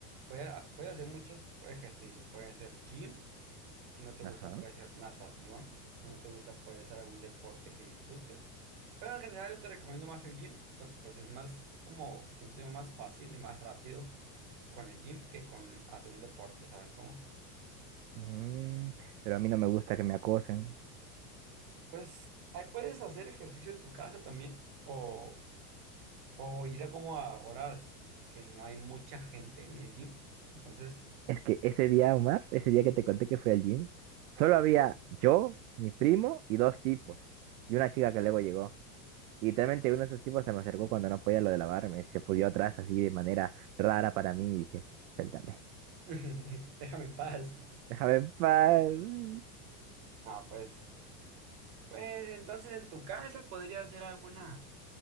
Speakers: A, on the right; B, on the right.
A: puede puede hacer muchos ejercicios, puede ser gym. Si no te
B: Ajá.
A: gusta, puede ser natación. Si no te gusta, puede ser algún deporte que disfrutes. Pero en general yo te recomiendo más el gym porque pues es más como, siento yo, más fácil y más rápido con el gym que con hacer un deporte, ¿sabes cómo?
B: Mm, pero a mí no me gusta que me acosen.
A: Pues ahí puedes hacer ejercicio en tu casa también o, o ir a como a horas que no hay mucha gente en el gym. Entonces,
B: Es que ese día, Omar, ese día que te conté que fui al gym, solo había yo, mi primo y dos tipos. Y una chica que luego llegó. Y literalmente uno de esos tipos se me acercó cuando no podía lo de lavarme. Se pudió atrás así de manera rara para mí y dije, suéltame.
A: <laughs> déjame en paz.
B: Déjame en paz.
A: Ah, pues, pues entonces en tu casa podría ser alguna